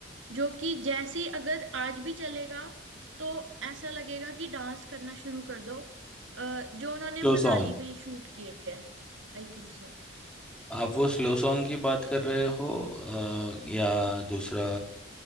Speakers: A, on the right; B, in the centre.
A: जो कि जैसे ही अगर आज भी चलेगा तो ऐसा लगेगा कि डांस करना शुरू कर दो अ, जो उन्होंने
B: Slow
A: मनाली
B: song
A: में शूट किया है I think so
B: आप वो स्लो सॉन्ग की बात कर रहे हो अ, या दूसरा